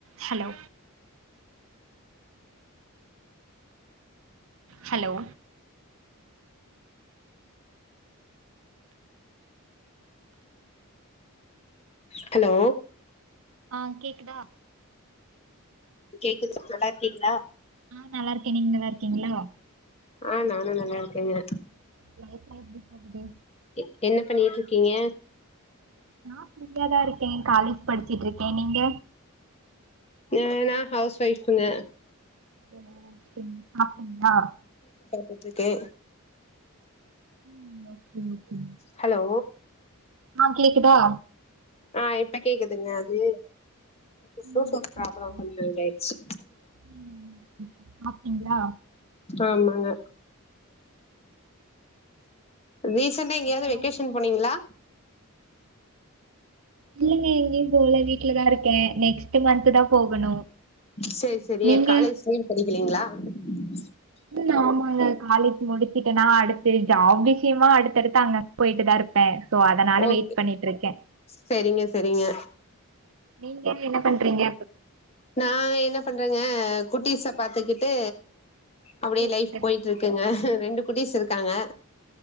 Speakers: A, on the right (about 65°); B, on the left (about 30°).
A: Hello hello
B: hello
A: ஆ கேக்குதா
B: கேக்குது நல்லா இருக்கீங்ளா
A: ஆ நல்லா இருக்கே நீங்க நல்லா இருக்கீங்ளா
B: ஆ நானு நல்லா இருக்கேங்க
A: லைஃப்லா எப்டி போகுது
B: எ என்ன பண்ணிகிட்ருக்கீங்க
A: நா ஃப்ரீயா தா இருக்கே காலேஜ் படிச்சுட்ருக்கே நீங்க
B: அ நா ஹவுஸ் ஒய்ஃபுங்க
A: ஓ செரிங்க சாப்டீங்ளா
B: போட்ருக்கே
A: ம் ஓகே ஓகே
B: ஹலோ
A: ஆ கேக்குதா
B: ஆ இப்ப கேக்குதுங்க அது கொஞ்ச புளுடூத்
A: ம்
B: பிராப்ள
A: ஓகே.
B: கொஞ்ச இதாயிருச்சு
A: ம் சாப்டீங்ளா
B: ஆமாங்க ரீசென்டா எங்கயாவ்து
A: அப்றோ
B: வெக்கேஷன் போனீங்ளா
A: இல்லங்க எங்கயும் போல வீட்லதா இருக்கே நெக்ஸ்ட் மந்த்துதா போகணு
B: சேரி சேரி
A: நீங்க
B: காலேஜ்லே படி <inaudible>
A: ம் ஆமாங்க காலேஜ் முடிச்சிட்டேனா அடுத்து ஜாப் விஷயமா அடுத்தடுத்து அங்கங்க போயிட்டுதா இருப்பே சோ அதனால
B: ஓகே
A: வெயிட் பண்ணிட்ருக்கே
B: செரிங்க செரிங்க
A: நீங்க என்ன பண்றிங்க
B: நா என்ன பண்றேங்க குட்டீச பாத்துக்கிட்டு அப்டியே
A: சூப்பர்
B: லைஃப் போயிட்ருக்குங்க
A: சூப்பர்
B: ரெண்டு குட்டீஸ் இருக்காங்க